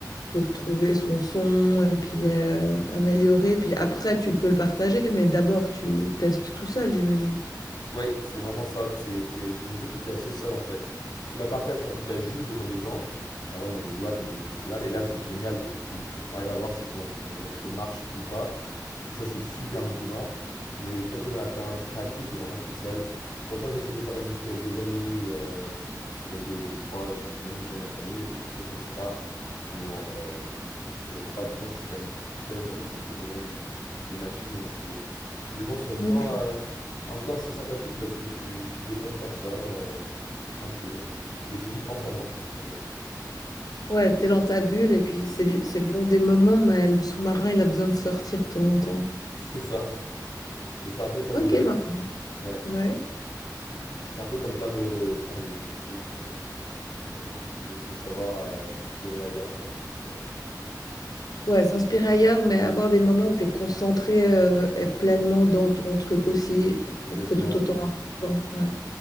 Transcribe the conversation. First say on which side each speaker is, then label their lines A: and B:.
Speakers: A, on the left; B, on the left.
A: pour trouver son son et puis euh, améliorer. Puis après, tu peux le partager, mais d'abord, tu testes tout seul, j'imagine.
B: Ouais, c'est vraiment ça. C'est c'est- c'est une musique où tu es assez seul en fait. Tu la partages quand tu la joues devant des gens, par exemple dans des boîtes ou dans des festivals. Et là, c'est génial parce que tu, tu arrives à voir si ton, ton morceau marche ou pas. Et ça, c'est super motivant. Mais quand tu es dans la période créative, tu es vraiment tout seul. T'entends, j'essaie de faire de la musique avec des amis ou euh, avec des, des proches ou même des gens de ma famille. Et puis ça, c'est sympa. Mais bon, euh, la plupart du temps, je suis quand même seul dans mon- de- devant mon- mes machines et mon studio. Mais bon, c'est en même
A: Ok.
B: temps. euh, en même temps, assez sympathique parce que tu, tu dépends de personne, euh, t'es tranquille. Mais c'est vite enfermant, on va dire.
A: Ouais, t'es dans ta bulle et puis c'est bi- c'est bon des moments, mais le sous-marin, il a besoin de sortir de temps en temps.
B: <laughs> C'est ça. Et C'est un peu comme,
A: Ok,
B: euh,
A: bah,
B: ouais,
A: ouais.
B: c'est un peu comme plein de, plein de disciplines, je pense. Euh, faut, faut savoir euh, s'inspirer ailleurs, quoi. Tu vois.
A: Ouais, s'inspirer ailleurs, mais avoir des moments où tu es concentré euh, et pleinement dans ton truc aussi,
B: Exactement.
A: c'est tout autant important. Ouais.